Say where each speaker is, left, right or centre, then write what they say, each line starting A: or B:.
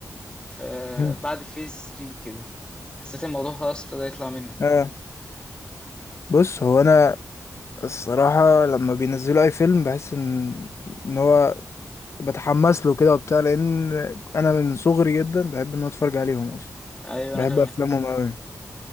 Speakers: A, on the left; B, on the left.
A: فبعد
B: مم.
A: فيز 3 كده حسيت الموضوع خلاص ابتدى يطلع منهم
B: اه بص هو أنا الصراحة لما بينزلوا أي فيلم بحس إن إن هو بتحمس له كده وبتاع لان انا من صغري جدا بحب ان أنا اتفرج عليهم اصلا
A: ايوه
B: بحب
A: انا كمان
B: افلامهم قوي